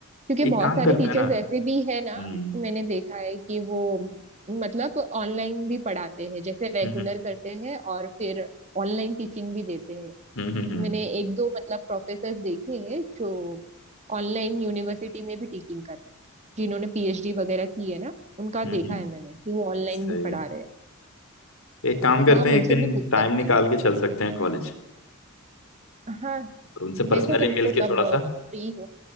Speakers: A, on the right; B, on the left.
A: क्योंकि
B: एक
A: बहुत
B: काम
A: सारे
B: करते
A: टीचर्स
B: हैं ना
A: ऐसे भी है
B: हम्म
A: ना मैंने देखा है कि वो मतलब ऑनलाइन भी पढ़ाते हैं जैसे रेगुलर
B: हम्म
A: करते हैं और फिर ऑनलाइन टीचिंग भी देते हैं
B: हम्म हम्म हम्म,
A: मैंने एक दो मतलब प्रोफेसर देखे हैं जो ऑनलाइन यूनिवर्सिटी में भी टीचिंग कर रहे हैं जिन्होंने पीएचडी वगैरह की है ना उनका
B: हम्म,
A: देखा है मैंने कि वो ऑनलाइन
B: सही
A: भी पढ़ा
B: है
A: रहे हैं
B: एक काम करते
A: तो हम
B: हैं
A: उनसे
B: एक दिन
A: भी पूछ सकते
B: टाइम निकाल
A: हैं
B: के चल सकते हैं कॉलेज
A: हाँ
B: और उनसे
A: देखो
B: पर्सनली
A: तुमको
B: मिल के
A: कब
B: थोड़ा सा
A: तुम फ्री हो